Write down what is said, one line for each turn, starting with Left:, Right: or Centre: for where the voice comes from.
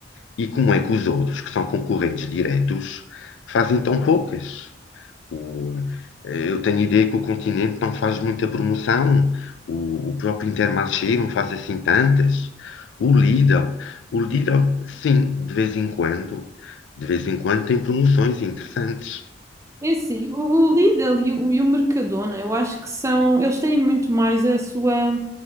Left: e como é que os outros, que são concorrentes diretos, fazem tão poucas. O, eh, eu tenho a ideia que o Continente não faz muita promoção, o, o próprio Intermarché não faz assim tantas. O Lidl, o Lidl, sim, de vez em quando, de vez em quando tem promoções interessantes.
Right: É assim, o, o Lidl e o, e o Mercadona, eu acho que são, eles têm muito mais a sua,